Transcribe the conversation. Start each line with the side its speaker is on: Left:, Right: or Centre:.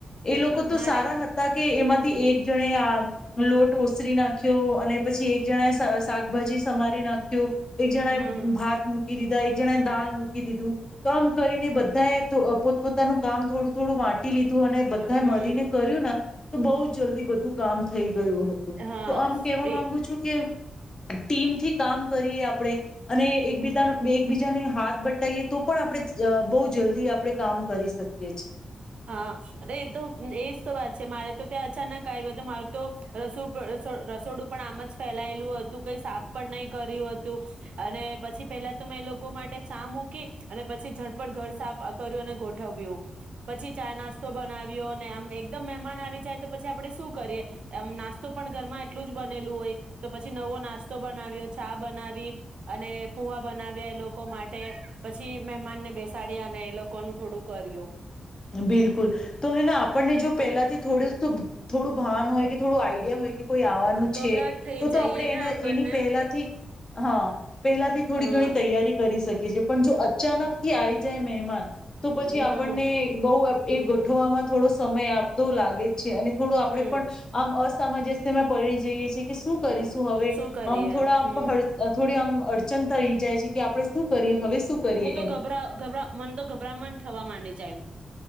Left: એ લોકો તો
Right: મારે
Left: સારા હતા કે એમાં થી એક જણે આ લોટ ઓસરી નાખ્યો અને પછી એક જણા શાકભાજી સમારી નાખ્યું. એક જણા
Right: હા
Left: ભાત મૂકી દીધા એક જણા દ મકી દીધું, તો આમ કરીને બધા એ પોતપ પોતાનું કામ થોડું થોડું વાટી લીધું અને બધા
Right: હમ
Left: મળીને કર્યું ને. તો બઉુ જલ્દી બધું કામ થઈ ગું હતું,
Right: હા
Left: તો આમ કેવા
Right: એ
Left: માંગુ છું કે ટીમથી કામ કરીએ આપડણે અને, એકબીજાનું બે એકબીજાને હાથ એ તો પણ આપણે બહુ જલ્દી આપડણે કામ કરી શકીએ છે.
Right: હા અરે એ તો એજ તો વાત છે મારે તો ત્યાં અચાનક આવ્યું હતું મારું તો રસો રસોડું પણ આમ જ ફેલાયેલું હતું કઈ સાફ પણ નહી કર્યું હતું, અને પછી પેલા તો મેં એ લોકો માટે ચા મૂકી અને પછી ઝડપટ ઘર સાફ કર્યું અને ગોઠવ્યું. પછી ચા નાસ્તો બનાવ્યો અને આમ એકદમ મહેમાન આવી જાય તો પછી આપડે શું કરીએ એમ, નાસ્તો પણ ઘરમાં એટલું જ બનેલું હોય તો પછી નવો નાસ્તો બનાવ્યો ચા બનાવી, અને પુવા બનાવ્યા એ લોકો માટે પછી મહેમાનને બેસાડ્યા અને એ લોકોનું થોડું કર્યું.
Left: બિલકુલ તો હેને આપણને જો પહેલાથી થોડું શું થોડું ભાન હોય કે થોડું આઈડિયા હોય કે કોઈ આવવાનું
Right: ગભરાટ
Left: છે,
Right: થઈ
Left: તો
Right: જઈએ
Left: તો આપણે
Right: ને
Left: એના
Right: આપણને
Left: એની પહેલાથી હા પહેલાથી થોડી
Right: હા
Left: ઘણી તૈયારી કરી શકીએ છીએ પણ જો અચાનક થી આવી જય મેહેમાન તો
Right: હમ
Left: પછી આપણને બ એ ગોઠવામાં થોડો સમય આપતો લાગે અને થોડું આપણે
Right: હમ
Left: પણ આમ અસામજસ્યમાં પડી જઈએ છેએ કે શું કરીશું હવે
Right: શું કરીએ
Left: આમ થોડા
Right: હમ
Left: થોડી આમ અડચણ થય જાય છે કે આપડણે શું કરીએ હવે શું કરીએ
Right: હું તો
Left: એમ
Right: ગભરા ગ મન તો ગભરામણ થવા માંડી જાયું